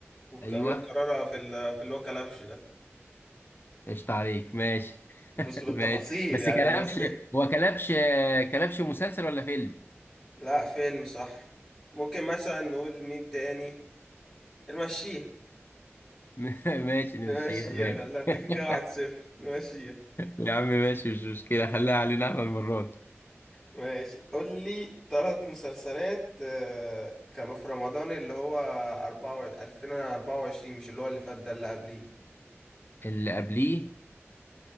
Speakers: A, in the centre; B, on the left.
A: وأمير
B: ايوه
A: كرارة في ال- في اللي هو كلبش ده
B: قشطة عليك ماشي
A: بص
B: <laughs>
A: بالتفاصيل
B: ماشي بس
A: يعني
B: كلبش
A: ممثل
B: هو كلبش كلبش مسلسل ولا فيلم
A: لا فيلم صح ممكن مثلا نقول مين تاني نمشيها
B: <laughs> ماشي نمشيها
A: نمشيها
B: ماشي
A: لا انت
B: <laughs>
A: كده واحد صفر نمشيها
B: يا عم ماشي مش مشكلة خليها علينا احنا المرة دي
A: ماشي قول لي ثلاث مسلسلات آه، كانوا في رمضان اللي هو أربعة و... 2024 مش اللي هو اللي فات ده اللي قبليه
B: اللي قبليه